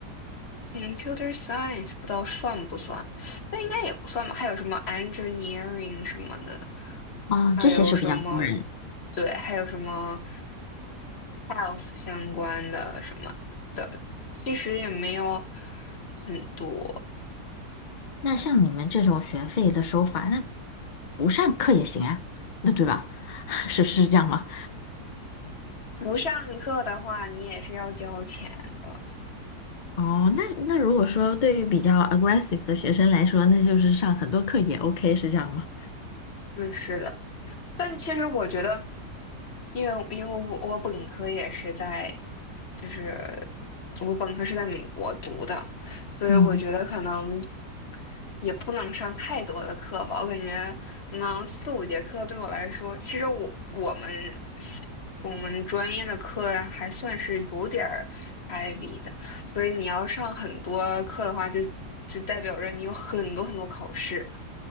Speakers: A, on the left (about 45°); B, on the left (about 75°).
A: computer science 不知道算不算，但应该也不算吧。还有什么 engineering 什么的，
B: 啊，
A: 还有什么，
B: 这些是比较多人。
A: 对，还有什么 health 相关的什么。的。其实也没有很多。
B: 那像你们这种学费的收法，那不上课也行啊，那对吧？<laughs> 是是这样吗？
A: 不上课的话，你也是要交钱的。
B: 哦，那那如果说对于比较 aggressive 的学生来说，那就是上很多课也 OK，是这样吗？
A: 嗯，是的。但其实我觉得，因为因为我我本科也是在，就是我本科是在美国读的，所以我觉得可能。
B: 嗯，
A: 也不能上太多的课吧，我感觉可能四五节课对我来说，其实我我们我们专业的课呀还算是有点儿 heavy 的，所以你要上很多课的话就，就代表着你有很多很多考试，